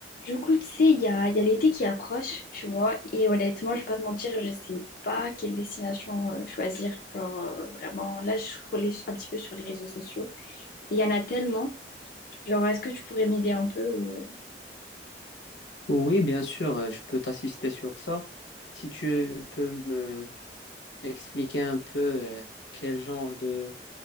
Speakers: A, on the left; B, on the left.
A: Du coup, tu sais, il y a, il y a l'été qui approche, tu vois, et honnêtement, je vais pas te mentir, je sais pas quelle destination euh, choisir. Genre, euh, vraiment, là, je scrollais un petit peu sur les réseaux sociaux. Il y en a tellement. Genre, est-ce que tu pourrais m'aider un peu ou...
B: Oui, bien sûr, euh, je peux t'assister sur ça. Si tu peux me m'expliquer un peu euh, quel genre de,